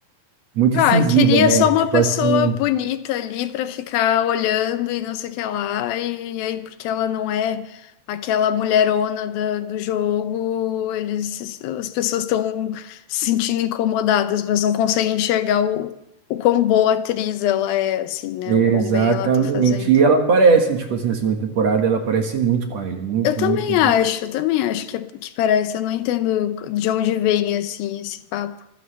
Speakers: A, on the right; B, on the left.
A: muito
B: Ah,
A: incisiva,
B: eu queria
A: né?
B: só uma
A: Tipo
B: pessoa
A: assim,
B: bonita ali pra ficar olhando e não sei o que lá. E, aí, porque ela não é aquela mulherona da- do jogo, eles, as pessoas estão se sentindo incomodadas, mas não conseguem enxergar o, o quão boa atriz ela é, assim, né?
A: exatamente.
B: O quão bem ela tá fazendo.
A: E ela aparece, tipo assim, na segunda temporada, ela aparece muito com a ele, muito,
B: Eu também
A: muito, muito.
B: acho, eu também acho que, é- que parece. Eu não entendo de onde vem assim esse papo.